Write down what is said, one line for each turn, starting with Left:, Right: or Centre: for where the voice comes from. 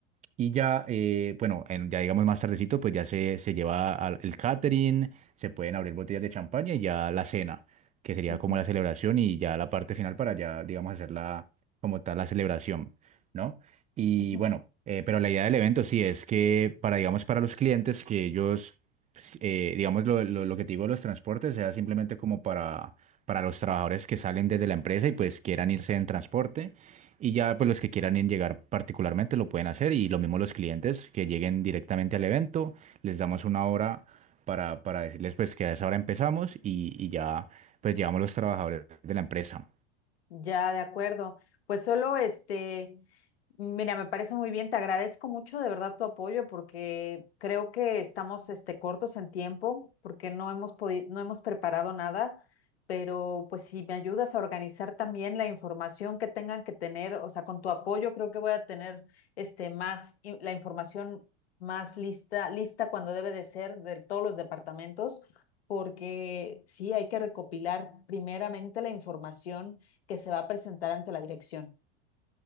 Right: Y ya, eh, bueno, en- ya digamos más tardecito, pues ya se, se lleva al, el catering, se pueden abrir botellas de champaña y ya la cena, que sería
Left: ujú,
Right: como la celebración y ya la parte final para ya, digamos, hacer la, como tal, la celebración, ¿no? Y
Left: ujú.
Right: bueno, eh, pero la idea del evento sí es que para, digamos, para los clientes que ellos, pues, eh, digamos, lo, lo, lo que te digo, de los transportes, sea simplemente como para... para los trabajadores que salen desde la empresa y pues quieran irse en transporte, y ya pues los que quieran en llegar particularmente lo pueden hacer y lo mismo los clientes que lleguen directamente al evento, les damos una hora para, para decirles pues que a esa hora empezamos y, y ya pues llevamos los trabajadores de la empresa.
Left: Ya, de acuerdo. Pues solo este, mira, me parece muy bien, te agradezco mucho de verdad tu apoyo porque creo que estamos este cortos en tiempo porque no hemos podido, no hemos preparado nada, pero pues si me ayudas a organizar también la información que tengan que tener, o sea, con tu apoyo creo que voy a tener este más in- la información más lista, lista cuando debe de ser de todos los departamentos, porque sí hay que recopilar primeramente la información que se va a presentar ante la dirección.